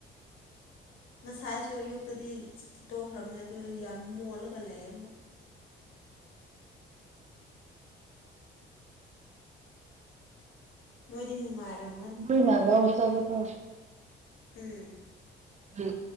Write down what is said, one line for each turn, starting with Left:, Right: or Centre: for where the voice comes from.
Left: ꯉꯁꯥꯏꯁꯨ ꯑꯌꯨꯛꯇꯗꯤ ꯁꯤꯠꯇꯣꯛꯈ꯭ꯔꯕꯅꯦ ꯑꯗꯨ ꯌꯥꯝ ꯃꯣꯠꯂꯒ ꯂꯩ ꯑꯃꯨꯛ ꯅꯣꯏꯗꯤ ꯅꯨꯡꯉꯥꯏꯔꯝꯃ
Right: ꯅ ꯅ ꯉꯥꯎ ꯆꯒ ꯇ
Left: ꯎꯝ
Right: ꯗ